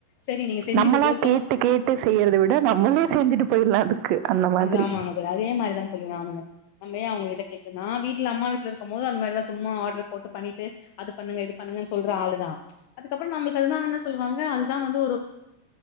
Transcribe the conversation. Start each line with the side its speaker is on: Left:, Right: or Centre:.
Left: சரி நீங்க செஞ்சுகுடு
Right: நம்மளா கேட்டு கேட்டு செய்யறத விட நம்மளே செஞ்சுட்டு போயிடலா அதுக்கு அந்த
Left: <unintelligible>
Right: மாதிரி
Left: அதே மாதிரிதான் சொல்லங்க ஆணங்க நம்ம அவங்ககிட்ட <unintelligible> நான் வீட்டுல அம்மா வீட்டுல இருக்கும் போது அந்த மாரிதான் சும்மா ஆட்ரு போட்டு பண்ணிட்டு அது பண்ணுங்க இது பண்ணுங்கனு சொல்லிட்டு அழுதான் அதுக்கப்புறம் நம்மளுக்கு அதுதான் என்ன சொல்லும் ங்க அதுதான் வந்து ஒரு